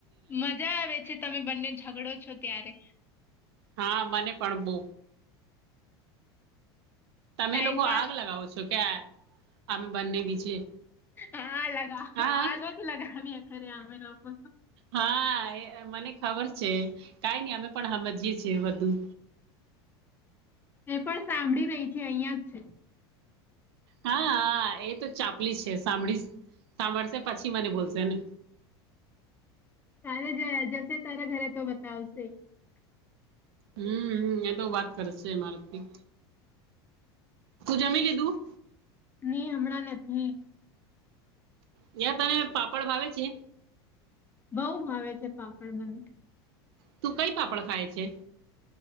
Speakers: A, on the left; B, on the right.
A: મજા આવે છે, તમે બંને ઝઘડો છો ત્યારે
B: હા મને પણ બો તમે
A: ટાઈમ
B: લોકો
A: પાસ
B: આગ લગાવો છો કે અમે બંને બીજે
A: હા લગાવ
B: હા
A: આગ જ લગાવીએ ખરે અમે લોકો
B: હા મને ખબર છે, કઈ નઈ અમે પણ હમજીએ છીએ બધું
A: એ પણ સાંભળી રહી છે, અહિયાં જ છે.
B: હા હા એ તો ચાપલી છે, સાંભળી સાંભળશે પછી મને બોલશે ને
A: તારે જો જશે તારે ઘરે તો બતાવશે
B: હમ એ તો વાત કરે છે, મારથી તું જમી લીધું
A: ની હમણાં નથી
B: રીયા તને પાપડ ભાવે છે.
A: બઉ ભાવે છે, પાપડ મને
B: તું કઈ પાપડ ખાય છે.